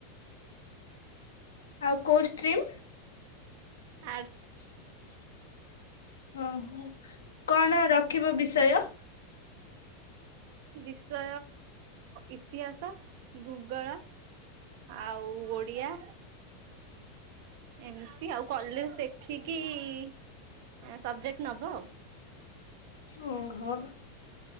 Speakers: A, on the left; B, on the right.
A: ଆଉ କୋଉ ଷ୍ଟ୍ରିମ୍?
B: ଆର୍ଟସ୍।
A: <inaudible> ଓହୋ କଣ ରଖିବ ବିଷୟ?
B: ବିଷୟ ଇତିହାସ ଭୂଗୋଳ ଆଉ ଓଡିଆ। ଏମିତି ଆଉ କଲେଜ ଦେଖିକି ଏଁ ସବଜେକ୍ଟ ନବ ଆଉ।
A: ଓହୋ